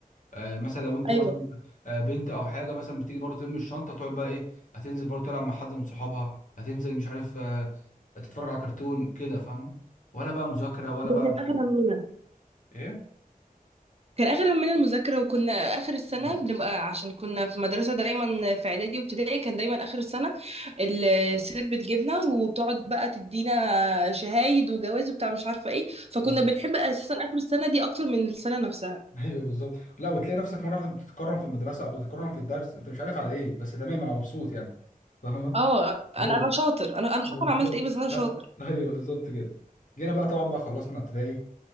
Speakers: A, on the left (about 60°); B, on the right (about 45°).
A: آه، مثلا لو انتوا
B: ايوه
A: مثلا آه، بنت او حاجه مثلا بتيجي برضه ترمي الشنطه تقعد بقى ايه هتنزل برضه تلعب مع حد من صحابها هتنزل مش عارف آه، تتفرج على كرتون كده فاهمه ولا بقى مذاكره ولا
B: ده
A: بقى
B: كان
A: مش
B: آخر
A: عارف
B: همنا
A: ايه
B: كان اخر همنا المذاكره وكنا اخر السنه
A: <laughs>
B: بنبقى عشان كنا في مدرسه دايما في اعدادي وابتدائي كان دايما اخر السنه السير بتجيبنا وتقعد بقى تدينا شهايد وجواز وبتاع مش عارفه ايه فكنا
A: اه
B: بنحب اساسا اخر السنه دي اكتر من السنه نفسها
A: ايوه بالظبط لا وتلاقي نفسك مره واحده بتتكرم في المدرسه او بتتكرم في الدرس انت مش عارف على ايه بس تمام انا مبسوط يعني فاهمه
B: اه انا
A: <laughs> ايوه
B: انا شاطر انا انا مش
A: بالظبط
B: عارفه انا عملت ايه بس انا شاطر
A: أ- ايوه بالظبط كده جينا بقى طبعا بقى خلصنا ابتدائي